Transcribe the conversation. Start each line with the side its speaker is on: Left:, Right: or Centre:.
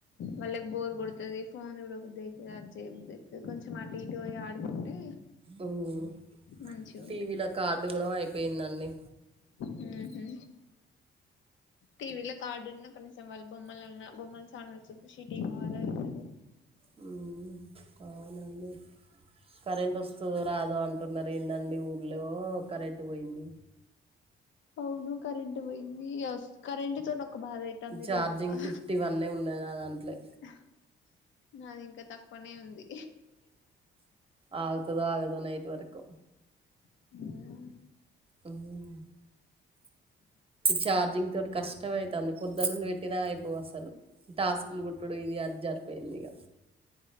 Left: వాళ్ళకి బోర్ కొడుతది ఫోన్ చూడ బద్దయితది అది చేయబుద్ది అయితది కొంచెం అటు ఇటు పోయి ఆడుకుంటే
Right: మ్
Left: మంచిగా
Right: టీవీల కార్డు కూడం అయిపోయిందండి
Left: హ్మ్ హు టీవిల కాడ్డున్న కనీసం వాళ్ళు బొమ్మలన్నా బొమ్మల చానెల్స్ ఖుషి టీవో అదో ఎదో
Right: హ్మ్ అవునండి కరెంట్ వస్తదొ రాదొ అన్ టున్నారు ఏందండి ఊళ్ళో కరెంట్ పోయింది
Left: అవును కరెంట్ పోయింది వస్ కరెంట్ తోని ఒక బాధ అయితుంది
Right: ఛార్జింగ్
Left: రోజు ఆహ్
Right: ఫిఫ్టీ వన్నే ఉన్నది నా దాంట్లే
Left: ఆహ్ నాది ఇంకా తక్కువనే ఉంది
Right: ఆగుతదో ఆగదో నైట్ వరకు
Left: ఏమో
Right: హ్మ్ చార్గింగ్ తొని కష్టం అయితాంది పొద్దటి నుండి పెట్టినా అయిపోవు అసలు టాస్కులు కుట్టుడు ఇది అది జరిపోయింది ఇగ